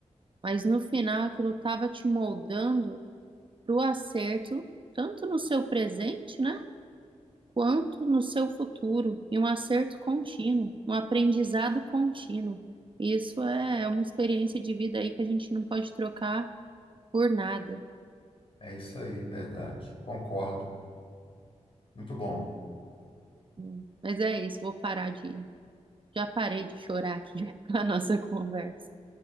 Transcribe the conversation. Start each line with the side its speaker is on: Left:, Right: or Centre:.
Right: mas no final aquilo estava te moldando para o acerto tanto no seu presente, né? quanto no seu futuro, e um acerto contínuo, um aprendizado contínuo. Isso é uma experiência de vida aí que a gente não pode trocar por nada.
Left: É isso aí, verdade. Concordo. Muito bom.
Right: Hum. Mas é isso, vou parar de. Já parei de chorar aqui <laughs> com a nossa conversa.